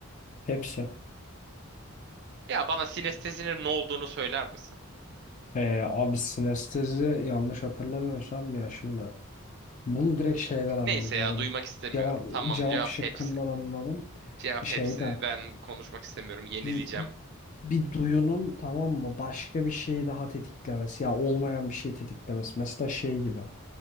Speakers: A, on the left (about 35°); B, on the right (about 50°).
A: Hepsi.
B: Ya bana sinestezinin ne olduğunu söyler misin?
A: Ee, abi sinestezi yanlış hatırlamıyorsam ya şimdi. Bunu direkt şeyden anladım
B: Neyse
A: bu
B: ya
A: arada.
B: duymak istemiyorum.
A: Cevap,
B: Tamam
A: cevap
B: cevap
A: şıkkından
B: hepsi.
A: anladım.
B: Cevap
A: Şeyden.
B: hepsi. Ben konuşmak istemiyorum. Yenileceğim.
A: Bir, bir duyunun tamam mı başka bir şeyi daha tetiklemesi. Ya olmayan bir şey tetiklemesi. Mesela şey gibi.